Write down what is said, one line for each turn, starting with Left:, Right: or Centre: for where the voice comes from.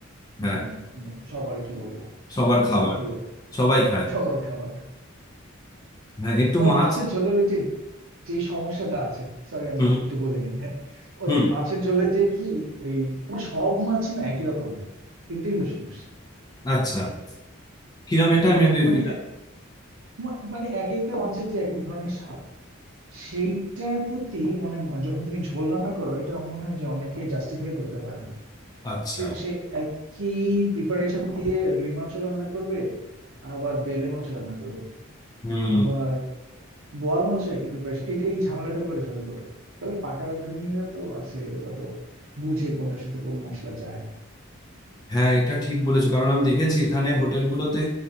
Right: উম,
Left: হ্যাঁ
Right: মানে সবার কি বলবো
Left: সবার
Right: সবার
Left: খাবার
Right: প্রিয়
Left: সবাই খায়
Right: সবার খাবার
Left: হ্যাঁ একটু
Right: তবে
Left: মাছ
Right: মাছের ঝোলের ওই যে যে সমস্যাটা আছে সরি আমি
Left: হুম
Right: তো একটু বলে নিই হ্যাঁ ও
Left: হুম
Right: যে মাছের ঝোলে যে কি এই তোমার সব মাছই না একই রকম লাগে এটাই হলো সমস্যা
Left: আচ্ছা কিরম এটা আমি
Right: মানে
Left: এটা
Right: মা- মানে এক একটা মাছের যে এক এক ধরনের স্বাদ সেইটার প্রতি মানে যখন তুমি ঝোল রান্না করো এটা আমার মনে হয় যে অনেকে জাস্টিফাই করতে পারে না
Left: আচ্ছা
Right: কে- সে একই প্রিপারেশন দিয়ে রুই মাছও রান্না করবে আবার বেলে মাছও রান্না করবে
Left: হুম
Right: আবার বোয়াল মাছও একই প্রিপারেশন এটা এই ঝামেলাটা করে ফেলে লোকে তবে পাকা রাঁধুনিরা তো আছে ওরা তো বুঝে কোনটার সাথে কোন মশলা যায়
Left: হ্যাঁ এটা ঠিক বলেছো কারণ আমি দেখেছি এখানে হোটেলগুলোতে